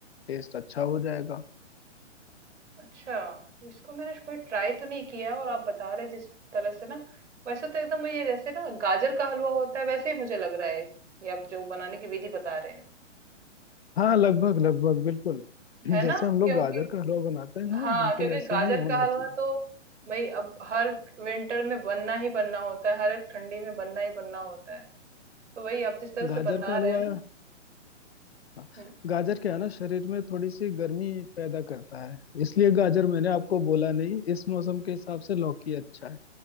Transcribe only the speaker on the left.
टेस्ट अच्छा हो जाएगा
हाँ लगभग लगभग बिल्कुल <clears throat>
जैसे हम
लोग गाजर का हलवा बनाते हैं
बिल्कुल
ऐसे
ही होना
चाहिए
गाजर
का हलवा
हाँ,
गाजर क्या है ना शरीर में थोड़ी सी गर्मी पैदा करता है इसलिए गाजर मैंने आपको बोला नहीं इस मौसम के हिसाब से लौकी अच्छा है